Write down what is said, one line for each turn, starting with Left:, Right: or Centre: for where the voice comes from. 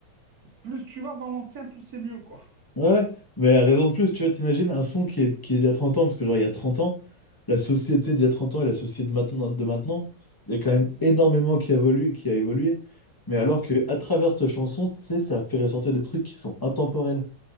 Right: plus tu vas dans l'ancien, plus c'est mieux, quoi.
Left: Ouais, ouais. mais à raison de plus, tu vois, t'imagines un son qui est, qui est d'il y a 30 ans, parce que genre il y a 30 ans, la société d'il y a 30 ans et la société de maintenant, de maintenant, il y a quand même
Right: Mhm,
Left: énormément qui a évolué, qui a évolué. Mais
Right: mhm.
Left: alors que à travers cette chanson, tu sais, ça fait ressortir des trucs qui sont intemporels.